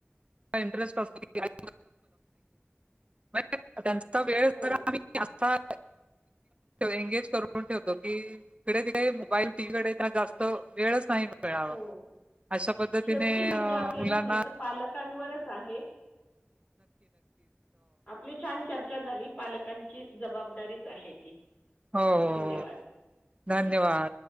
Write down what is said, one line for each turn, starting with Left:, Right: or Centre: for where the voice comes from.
Right: त्याच इंटरेस्ट तर असतो की <unintelligible> कस असतो का वेळ
Left: हो,
Right: जरा आता ते आम्ही <unintelligible> आता <unintelligible> इग्लीश करून ठेवतो की तिकडे तिकडे मोबाईल तिकडे जास्त वेळच नाही मिळत कळावा
Left: हो.
Right: अशा पद्धतीने
Left: शेवटी म्हणजे
Right: आ
Left: आपल्याला
Right: मुलांना.
Left: म्हणायचं पालकांवरच आहे हो <unintelligible> आप छान च हो आपली छान चचा झाली पालकांची जबाब दारी आहे ती
Right: हो
Left: धन्यवाद.
Right: हो. धन्यवाद